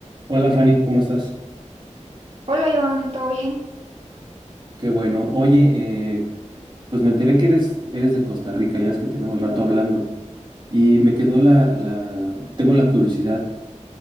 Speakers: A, on the right; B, on the right.
A: Hola Fanny, ¿cómo estás?
B: Hola Iván, ¿todo bien?
A: Qué bueno. Oye, eh, pues me enteré que eres, eres de Costa Rica, ya es que tenemos rato hablando. Y me quedó la, la, tengo la curiosidad,